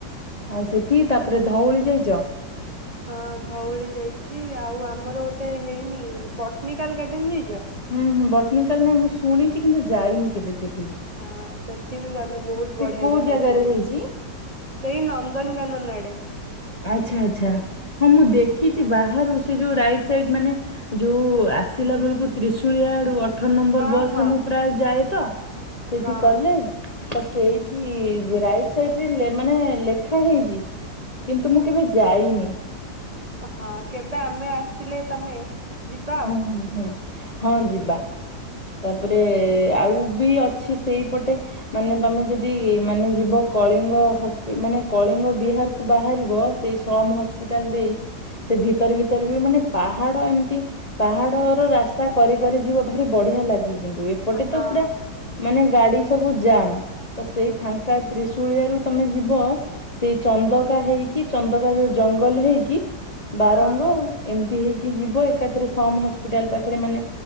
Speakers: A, on the left; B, on the right.
A: ଆଉ ସେଠି ତାପରେ ଧଉଳି ଯାଇଚ?
B: ହଁ ଧଉଳି ଯାଇଚି ଆଉ ଆମର ଗୋଟେ ହେଇନି ବଟ୍ନିକାଲ୍ ଗାର୍ଡେନ୍ ଯାଇଚ?
A: ହୁଁ ହୁଁ ବଟ୍ନିକାଲ୍ ନାହିଁ ମୁଁ ଶୁଣିଚି କିନ୍ତୁ ଯାଇନି କେବେ ସେଠ୍
B: ହଁ ସେଠି ବି ଗଲେ ବହୁତ୍
A: ସେ
B: ବଢିଆ
A: କୋଉ
B: ଜାଗା
A: ଜାଗାରେ
B: ସିଏ ହେଇଚି।
A: ହେଇଛି?
B: ସେଇ ନନ୍ଦନକାନନ୍ ଆଡେ।
A: ଆଚ୍ଛା ଆଚ୍ଛା ହଁ ମୁଁ ଦେଖିଚି
B: ହଁ।
A: ବାହାରୁ ସେ ଯଉ ରାଇଡ୍ ସେଇଠି ମାନେ ଯଉ ଆସିଲା ବେଳକୁ ତ୍ରିଶୁଳିଆ ଆଡୁ ଅଠର୍ ନମ୍ବର
B: ହଁ
A: ବସ୍
B: ହଁ
A: ରେ ମୁଁ ପ୍ରାୟେ ଯାଏ ତ ସେଇଠି
B: ହଁ
A: କଲେଜ୍। ତ ସେଇଠି ରାଇଟ୍ ସାଇଡ୍ ରେ ଲେ-ମାନେ ଲେଖା ହେଇଚି। କିନ୍ତୁ ମୁଁ କେବେ ଯାଇନି।
B: ହଁ କେବେ ଆମେ ଆସିଲେ ତମେ ଯିବା
A: ହୁଁ-
B: ଆଉ
A: ହୁଁ -ହୁଁ -ହଁ ଯିବା। ତାପରେ ଆଉ ବି ଅଛି ସେଇପଟେ ମାନେ ତମେ ଯଦି ମାନେ ଯିବ କଳିଙ୍ଗି ହସ-ମାନେ କଳିଙ୍ଗ ବିହାରକୁ ବାହାରିବ ସେଇ ସମ ହସ୍ପିଟାଲ ଦେଇ ସେ ଭିତର ଭିତରେ ବି ମାନେ ପାହାଡ ଏମିତି ପାହାଡର ରାସ୍ତା କରି କରି ଯିବ ଭାରି ବଢିଆ ଲାଗେ କିନ୍ତୁ ଏପଟେ
B: ହଁ
A: ତ ପୁରା ମାନେ ଗାଡି ସବୁ ଜାମ୍ ତ ସେଇ ଫାଙ୍କା ତ୍ରିଶୁଳିଆ ର ତମେ ଯିବ ସେଇ ଚନ୍ଦକା ହେଇକି ଚନ୍ଦକା ଯୋଉ ଜଙ୍ଗଲ ହେଇକି ବାରଙ୍ଗ
B: ହଁ
A: ଏମିତି ହେଇକି ଯିବ ଏକାଥରେ ସମ ହସ୍ପିଟାଲ ପାଖରେ ମାନେ